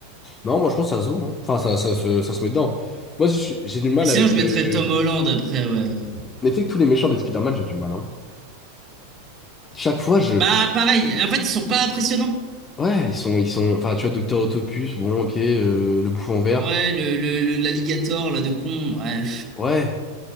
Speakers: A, on the left; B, on the right.
A: non, moi je pense que ça se vaut. hein. Enfin, ça, ça, se ça se met dedans. Moi, je j'ai du mal
B: Et sinon,
A: avec.
B: je mettrais
A: euh,
B: Tom Holland après, ouais.
A: Mais tu sais que tous les méchants des Spider-Man, j'ai du mal. Hein. Chaque fois, je.
B: Bah, pareil. En fait, ils sont pas impressionnants.
A: Ouais, ils sont, ils sont. Enfin, tu vois, Docteur Autopus, bon, ok, euh, le bouffon vert.
B: Ouais, le, le, le- l'alligator, là, de con. Ouais.
A: Ouais.